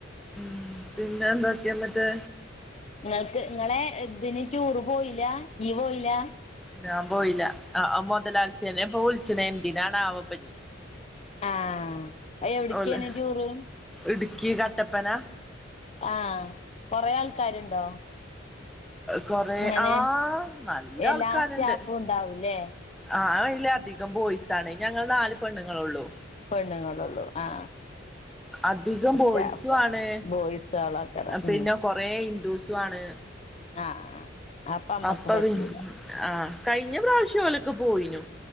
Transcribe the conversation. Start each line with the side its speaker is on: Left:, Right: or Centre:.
Centre: ഉം പിന്നെ എന്തൊക്കെന്നിട്ട്
Left: നിങ്ങൾക്ക് നിങ്ങളെ ഇതിന് റ്റൂറ് പോയില്ല ഇയ്യ് പോയില്ലാ
Centre: ഞാൻ പോയില ആഹ് ആ മുതലാളിച്ചേനെപ്പൊ വിളിച്ചണ എന്തിനാണാവോപ്പനി
Left: ആഹ് അഹ് എവിടക്കാണ്
Centre: ഓല്
Left: റ്റൂറ്
Centre: ഇടുക്കി കട്ടപ്പന
Left: ആഹ് കൊറെ ആൾക്കാരുണ്ടോ
Centre: കൊറെ
Left: ഇങ്ങനെ
Centre: ആഹ് നല്ല
Left: എല്ലാ
Centre: ആൾക്കാരുണ്ട്
Left: സ്റ്റാഫും ഉണ്ടാവൂല്ലേ
Centre: ആഹ് അതില് അധികം ബോയിസാണ് ഞങ്ങൾ നാല് പെണ്ണുങ്ങളുള്ളൂ
Left: പെണ്ണുങ്ങളള്ളു ആ
Centre: അധികം
Left: സ്റ്റാഫ്
Centre: ബോയ്സും ആണ്
Left: ബോയ്സ് ആള <unintelligible>
Centre: പിന്നെ കൊറേ ഹിന്ദൂസു ആണ്
Left: ആഹ് അമ്മക്ക്
Centre: അപ്പ
Left: പറ്റൂല
Centre: പി ആഹ് കഴിഞ്ഞ പ്രാവശ്യല്ല പോയിനു